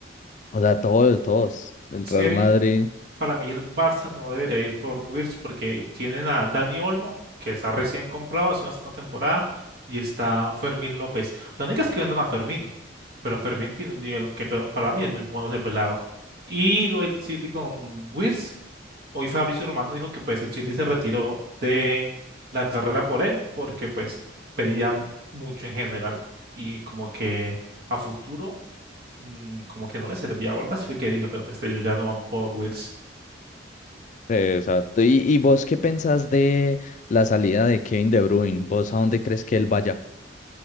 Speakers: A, on the left (about 40°); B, on the right (about 55°).
A: o sea, todos, todos, el
B: Es
A: Real
B: que
A: Madrid.
B: Para mí el Barça no debería ir por Wirtz porque tienen a Dani Olmo, que está recién comprado hace una, una temporada, y está Fermín López. La única es que vendan a Fermín, pero Fermín tiene un nivel que pe- para mí es muy bueno ese pelado. Y lo del City con Wirtz, hoy Fabricio Romano dijo que pues el City se retiró de la carrera por él porque pues pedía mucho en general y como que a futuro mm, como que no le servía o algo así fue que dijo, pero pues ellos ya no van por Wirtz.
A: Sí, exacto. ¿Y, y vos qué pensás de la salida de Kevin De Bruyne? ¿Vos a dónde crees que él vaya?